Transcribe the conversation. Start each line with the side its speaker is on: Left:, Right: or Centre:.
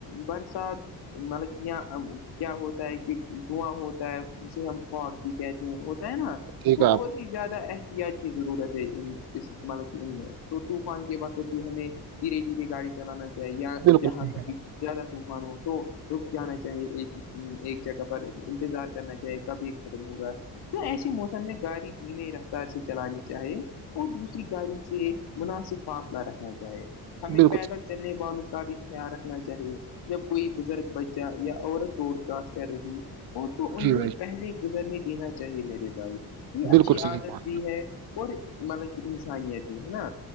Left: برسات مطلب کہ کیا ہوتا ہے کہ دھواں ہوتا ہے جسے ہم پوپ بھی کہتے ہیں ہوتا ہے نا
Right: ٹھیک
Left: تو
Right: ہے آپ
Left: اور زیادہ احتیاط کی ضرورت ہے اس مطلب تو طوفان کے وقت بھی ہمیں دھیرے دھیرے گاڑی چلانا چاہیے یا
Right: بالکل
Left: جہاں
Right: صحیح کہا
Left: تک کہ زیادہ طوفان ہو تو رک جانا چاہیے ایک ہی ایک جگہ پر انتظار کرنا چاہیے کب یہ ختم ہوگا تو ایسی موسم میں گاڑی دھیم رفتار سے چلانی چاہیے اور دوسری گاڑی سے مناسب فاصلہ رکھنا چاہے ہمیں
Right: بالکل
Left: پیدل چلنے والوں کا بھی خیال رکھنا چاہیے جب کوئی بزرگ بچہ یا عورت روڈ کراس کر رہی وہ تو
Right: صحیح
Left: انہیں
Right: جی بھائی
Left: پہلے گزر نہیں دینا چاہیے میرے بھائی یہ
Right: بالکل
Left: اچھی
Right: صحیح
Left: عادت
Right: کہا
Left: بھی ہے اور مطلب کہ انسانیت بھی ہے نا